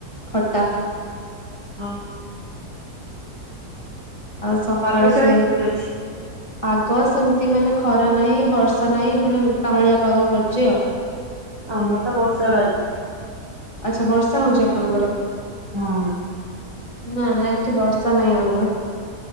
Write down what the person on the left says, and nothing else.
ଖଟା।
ଆଉ ସକାଳେ
ସେ
ପାଗ ସେମିତି ମାନେ ଖରା ନାହିଁ ବର୍ଷା ନାହିଁ ମାନେ କାଉଁଳିଆ ପାଗ କରିଛି ଆଉ।
ଆଚ୍ଛା ବର୍ଷା ହଉଛି ଆପଣଙ୍କର?
ନା ନା ଏଠି ବର୍ଷା ନାହିଁ ଆମର।